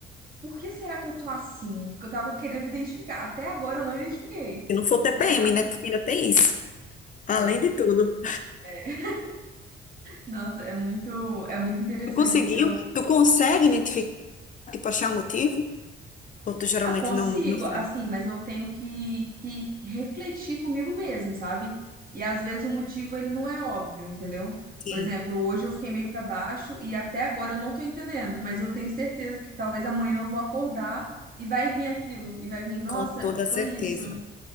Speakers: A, on the right; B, on the left.
A: por que será que eu tô assim? Porque eu tava querendo identificar. Até agora eu não identifiquei.
B: Se não for TPM,
A: Mas eu.
B: né? Porque ainda tem isso. Além
A: É,
B: de tudo.
A: é. <laughs> Nossa, é muito, é muito interessante
B: Tu conseguiu?
A: isso.
B: Tu consegue identificar, tipo, achar o motivo? Outros geralmente
A: Ah, consigo,
B: não, não sabem.
A: assim, mas eu tenho que, que refletir comigo mesmo, sabe? E às vezes o motivo ele não é óbvio, entendeu?
B: Sim,
A: Por exemplo, hoje eu fiquei meio pra baixo e até agora eu não tô entendendo, mas eu tenho certeza que talvez amanhã eu vou acordar e vai vir aquilo, e vai vir, nossa,
B: com toda certeza.
A: foi isso.